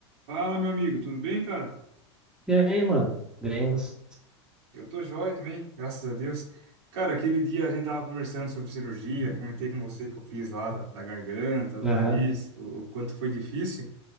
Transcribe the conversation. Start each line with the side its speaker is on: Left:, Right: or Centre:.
Right: Fala, meu amigo, tudo bem, cara?
Centre: E aí, mano? Bem você?
Right: Eu tô joia também, graças a Deus. Cara, aquele dia a gente tava conversando sobre cirurgia, comentei com você que eu fiz lá da, da garganta, do
Centre: Aham,
Right: nariz, o, o quanto foi difícil